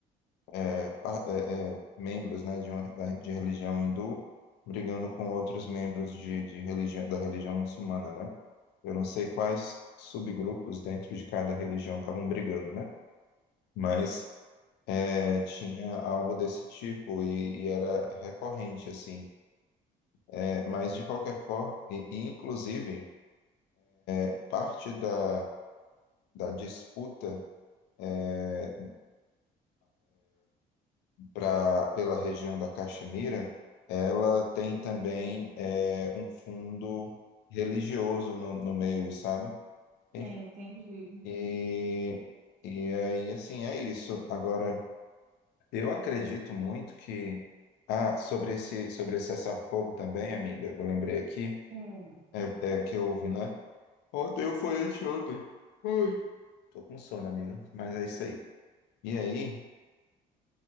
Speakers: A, on the left (about 85°); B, on the right (about 45°).
A: é, pa- é, é, membros, né, de, uma, da- de religião hindu brigando com outros membros de, de religião, da religião muçulmana, né? Eu não sei quais subgrupos dentro de cada religião estavam brigando, né? Mas é, tinha algo desse tipo e, e era recorrente, assim. É, mas, de qualquer forma, e, e, inclusive, é, parte da, da disputa é, pra, pela região da Caxemira, ela tem também é, um fundo religioso no, no meio, sabe? Enfim,
B: Sim, entendi.
A: E, e aí, assim, é isso. Agora, eu acredito muito que. Ah, sobre esse, sobre esse cessar-fogo também, amiga, eu lembrei aqui,
B: Sim.
A: é, é, que houve, né? Ontem foi anteontem. Ai, tô com sono, amiga, mas é isso aí. E aí.